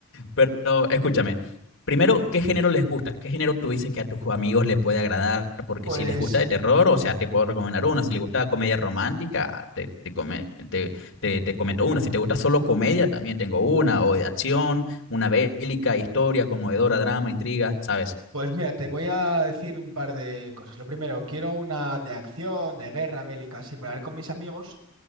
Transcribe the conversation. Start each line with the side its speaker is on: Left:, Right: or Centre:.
Left: Pero escúchame, primero, ¿qué género les gusta? ¿Qué género tú dices que a tus amigos le puede agradar? Porque
Right: Pues.
Left: si les gusta de terror, o sea, te puedo recomendar una. Si les gusta comedia romántica, te, te, come- te, te- te comento una. Si te gusta solo comedia, también tengo una. O de acción, una bélica, historia, conmovedora, drama, intriga, ¿sabes?
Right: Pues mira, te voy a decir un par de cosas. Lo primero, quiero una de acción, de guerra bélica, así para ver con mis amigos.